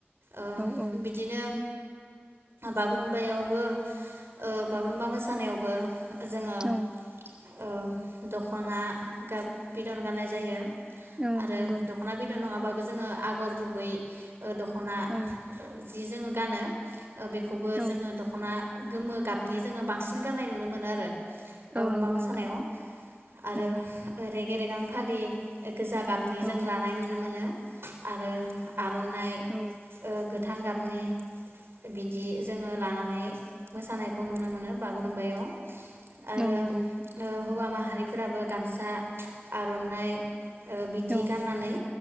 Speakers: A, on the right; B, on the right.
A: ओ
B: औ औ
A: बिदिनो बागुरुमबायावबो ओ बागुरुमबा मोसानायावबो जोङो
B: औ
A: ओ दख'ना बिदन गाननाय जायो।
B: औ
A: आरो
B: नंगौ
A: दख'ना बिद'न नङाबा जोङो आगर गुबै ओ दख'ना
B: औ
A: जि जोङो गानो। ओ बेखौबो
B: औ
A: जोङो दख'ना गोमो गाब नि जोङो बांसिन गाननाय नुनो मोनो आरो। बागुरुम्बा
B: औ नंगौ
A: मोसानायाव
B: नोंथां
A: आरो
B: औ
A: रेगे-रेगां फालि ओ। गोजा गाबनि जों
B: औ
A: लानाय नुनो मोनो। आरो आर'नाइ
B: औ
A: ओ गो गोथां गाबनि बिद बिदि जोङो लानानै मोसानाय खौ नुनो मोनो बागुरुम्बायाव। आरो
B: औ नंगौ
A: ओ हौवा माहा माहारिफोराबो गामसा, आर'नाइ बिदि
B: औ
A: गाननानै